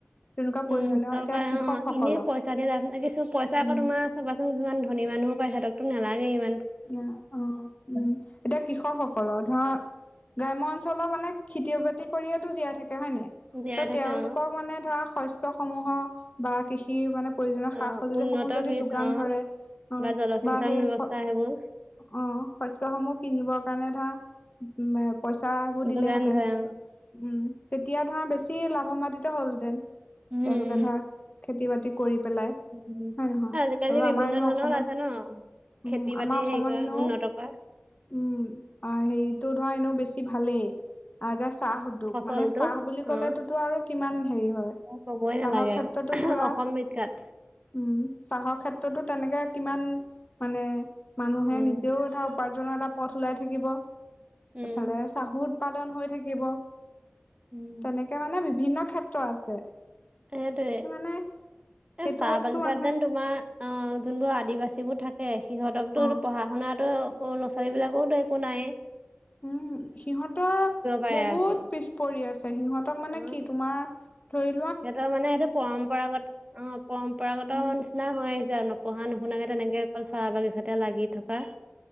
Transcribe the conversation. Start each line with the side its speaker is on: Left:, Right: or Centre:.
Left: তেনেকুৱা প্ৰয়োজনীয়
Right: উম চৰকাৰে
Left: এতিয়া কৃষকসকলক
Right: অ এনে পইচা দে কিছু পইচা।
Left: উম
Right: আকৌ তোমাৰ চাবাচোন যিমান ধনী মানুহো প সিহঁকতো নালাগে ই।
Left: উ অ উম এতিয়া কৃষক সকলৰ ধৰা। গ্ৰাম্য অঞ্চলৰ মানে খেতি বাতি কৰিয়েই জীয়াই থাকে। হয়নে
Right: জীয়াই
Left: ত
Right: থাকে
Left: তেওঁলোকক
Right: অ
Left: মানে ধৰা শস্যৰ সমূহ বা কৃষি মানে। প্ৰয়োজনীয়
Right: অ
Left: সা সজুলিসমূহ
Right: উন্নত
Left: যদি
Right: বীজ
Left: যোগান
Right: অ
Left: ধৰে অ
Right: জলসিঞ্চন
Left: বা সেই।
Right: ব্যৱস্থা সেইবোৰ
Left: অ শস্যসমূহ কিনিবৰ কাৰণে ধৰা। পইচাাবোৰ দিলেহেঁতেন
Right: যোগান ধৰে অ
Left: উম তেতিয়া ধৰা বেছি লাভিত হ'লহেঁতেন।
Right: উম
Left: তেওঁলোকে ধৰক খেতি বাতি কৰি। পেলাই হয়ে
Right: উম।
Left: নহয়
Right: আজিকালি
Left: আৰু
Right: বিভিন্ন
Left: আমাৰ এনে
Right: ধৰণৰ
Left: অসমত
Right: ওলাইছে ন খেতি
Left: উম।
Right: বাতি
Left: আমাৰ অসমত
Right: হেৰি কৰা
Left: এনেও
Right: উন্নত কৰা
Left: উম হেৰিতটো ধৰা এনেও বেছি ভালেই। আৰু এতিয়া চাহ উদ্যোগ
Right: ফচলটো
Left: মানে চাহ বুলি ক'লে
Right: অ
Left: তোতো আৰু কিমান। হেৰি হয়
Right: ক'বই নালাগে
Left: চাহৰ ক্ষেত্ৰতো
Right: আৰু
Left: ধৰা
Right: অসম বিখ্যাত
Left: উম। চাহৰ ক্ষেত্ৰতো তেনেকে কিমান মানে মানুহে
Right: উম।
Left: নিজেও এটা উপাৰ্জনৰ এটা পথ ওলাই থাকিব এইফালে
Right: উম
Left: চাহু উৎপাদন হৈ থাকিব।
Right: উম
Left: তেনেকে মানে বিভিন্ন ক্ষেত্ৰ আছে।
Right: সেইটোৱে
Left: মানে সেইটো
Right: এ চাহ
Left: বস্তু
Right: বাগিচাত
Left: মানুহে
Right: যেন তোমাৰ। অ যোনবোৰ আদিবাসী বোৰ থাকে সিহঁতকতো
Left: অ
Right: পঢ়া শুনাত। সৰু লৰা' ছোৱালী বিলাকোতো একো নাই।
Left: উম সিহঁতৰ
Right: পাৰে
Left: বহুত
Right: আকৌ।
Left: পিছ পৰি আছে সিহঁতক মানে
Right: অ
Left: কি তোমাৰ। থ।
Right: সিহঁতৰ মানে সেইটো পৰম্পৰাগত অ পৰম্পৰাগত
Left: উম
Right: নিচিনা হৈ আহিছে আৰু নপঢ়া নুশুনাকে। তেনেকে অকল চাহ বাগিছাতে লাগি থকা।